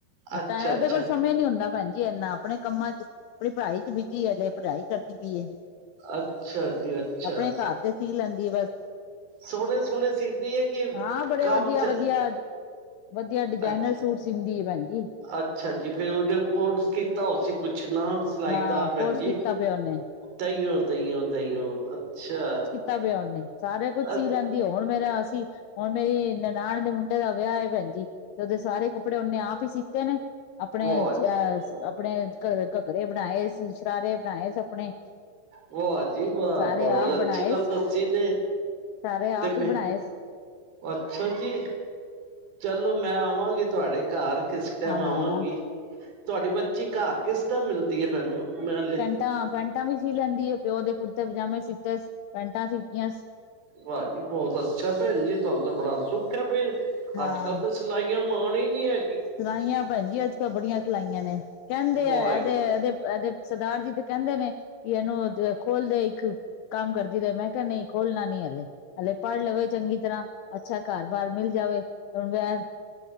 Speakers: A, on the right; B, on the left.
A: ਅੱਛਾ
B: ਤਾਂ
A: ਅੱਛਾ
B: ਇਹਦੇ ਕੋਲ ਸਮੇਂ ਨੀ ਹੁੰਦਾ ਭੈਣਜੀ ਇੰਨਾ ਆਪਣੇ ਕੰਮਾਂ ਚ ਆਪਣੀ ਪੜ੍ਹਾਈ ਚ ਬਿਜੀ ਹੈੇ ਪੜ੍ਹਾਈ ਕਰਦੀ ਪਈਏ
A: ਅੱਛਾ ਜੀ ਅੱਛਾ
B: ਆਪਣੇ ਘਰ ਤੇ ਸੀ ਲੈਂਦੀ ਆ ਬਸ
A: ਸੋਹਣੇ ਸੋਹਣੇ ਸੀਦੀ ਏ ਕੀ
B: ਹਾਂ ਬੜੇ
A: ਕੰਮ
B: ਵਧੀਆ
A: ਚ
B: ਵਧੀਆ ਵਧੀਆ ਡਿਜਾਇਨਰ
A: ਅੱਛਾ
B: ਸੂਟ ਸੀਂਦੀ ਏ ਭੈਣਜੀ
A: ਅੱਛਾ ਜੀ ਫੇਰ ਉਹਨੇ ਕੋਰਸ ਕੀਤਾ ਹੋਸੀ ਕੁਛ ਨਾ ਸਲਾਈ
B: ਹਾਂ
A: ਦਾ ਭੈਨ
B: ਕੋਰਸ
A: ਜੀ
B: ਕੀਤਾ ਪਿਆ ਉਹਨੇ
A: ਤਈੳ, ਤਈਓ, ਤਈਓ ਅੱਛਾ
B: <unintelligible> ਨੇ ਸਾਰੇ ਕੁਝ ਸੀ
A: ਅ-
B: ਲੈਂਦੇ ਹੁਣ ਮੇਰਾ ਅਸੀਂ ਹੁਣ ਮੇਰੀ ਨਨਾਣ ਦੇ ਮੁੰਡੇ ਦਾ ਵਿਆਹ ਏ ਭੈਣਜੀ ਤੇ ਉਹਦੇ ਸਾਰੇ ਕੱਪੜੇ ਓਨੇ ਆਪ ਹੀ ਸੀਤੇ ਨੇ ਆਪਣੇ
A: ਵਾਹ ਜੀ
B: ਆਪਣੇ ਘ ਘਗਰੇ ਬਣਾਏ ਸੀ ਸ਼ਰਾਰੇ ਬਣਾਏ ਸੀ ਆਪਣੇ
A: ਵਾਹ ਜੀ ਵਾਹ
B: ਸਾਰੇ
A: ਬਹੁਤ
B: ਆਪ
A: ਅੱਛੀ
B: ਬਣਾਏ
A: ਗੱਲ ਦੱਸੀ ਨੇ
B: ਸਾਰੇ ਆਪ
A: ਤੇ ਮੈਂ
B: ਈ ਬਣਾਏ
A: ਅੱਛਾ ਜੀ ਚਲੋ ਮੈਂ ਆਵਾਂਗੀ ਤੁਹਾਡੇ ਘਰ ਕਿਸ ਟਾਈਮ
B: ਆਣਾ
A: ਆਵਾਂਗੀ
B: ਆਣਾ
A: ਤੁਹਾਡੀ ਬੱਚੀ ਘਰ ਕਿਸ ਟਾਈਮ ਮਿਲਦੀ ਹੈ। ਮੈਨੂੰ ਮੈਂ ਹਲੇ
B: ਤਾਂ ਪੈਂਟਾਂ ਵੀ ਸੀ ਲੈਂਦੀ ਹੈ ਪਿਓ ਦੇ ਕੁੜਤੇ ਪਜਾਮੇ ਸੀਤੇ ਪੈਂਟਾਂ ਸੀਤੀਆਂ
A: ਵਾਜੀ ਬਹੁਤ ਅੱਛਾ ਭੈਣ ਜੀ ਤੁਹਾਨੂੰ ਤਾਂ ਬੜਾ ਸੁੱਖ ਹੈ ਫਿਰ
B: ਹਾਂ
A: ਅੱਜ ਕੱਲ ਤਾਂ ਸਲਾਈਆਂ ਮਾਣ ਈ ਨਹੀਂ ਐ।
B: ਸਿਲਾਈਆਂ ਭੈਣਜੀ ਅੱਜ ਕਲ ਬੜੀਆਂ ਸਿਲਾਈਆਂ ਨੇ ਕਹਿੰਦੇ
A: ਵਾਹ
B: ਆ ਇਹਦੇ, ਇਹਦੇ, ਇਹਦੇ ਸਰਦਾਰ ਜੀ ਤੇ ਕਹਿੰਦੇ ਨੇ ਕਿ ਇਹਨੂੰ ਖੋਲਦੇ ਇੱਕ ਕੰਮ ਕਰਦੀ ਰਹੇ ਮੈਂ ਕਿਹਾ ਨਹੀਂ ਖੋਲਣਾ ਨਹੀਂ ਹਾਲੇ ਹਲੇ ਪੜ੍ਹ ਲਵੇ ਚੰਗੀ ਤਰ੍ਹਾਂ ਅੱਛਾ ਘਰ ਬਾਹਰ ਮਿਲ ਜਾਵੇ ਹੁਣ ਮੈਂ